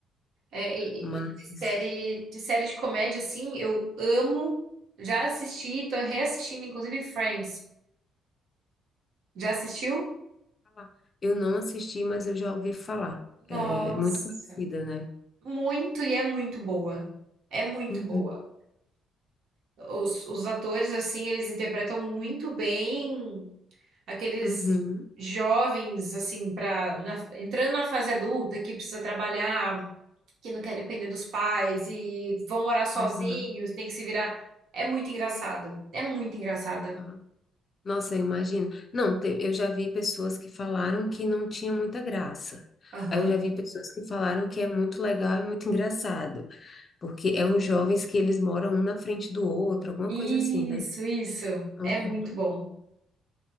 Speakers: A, on the right; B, on the left.
A: É, e-
B: Mas.
A: e de série, de série de comédia, assim, eu amo. Já assisti, tô reassistindo, inclusive, Friends. Já assistiu?
B: falar. Eu não assisti, mas eu já ouvi falar.
A: Nossa,
B: É muito conhecida, né?
A: muito e é muito boa. É muito
B: Uhum,
A: boa. Os, os atores, assim, eles interpretam muito bem aqueles
B: uhum,
A: jovens, assim, pra, na- entrando na fase adulta, que precisa trabalhar, que não quer depender dos pais e vão morar sozinhos,
B: aham,
A: tem que se virar. É muito engraçada. É muito engraçada.
B: aham. Nossa, eu imagino. Não, te- eu já vi pessoas que falaram que não tinha muita graça.
A: Aham.
B: Aí eu já vi pessoas que falaram que é muito legal e muito engraçado, porque é uns jovens que eles moram um na frente do outro, alguma
A: Isso,
B: coisa assim, né?
A: isso.
B: Aham,
A: É muito bom.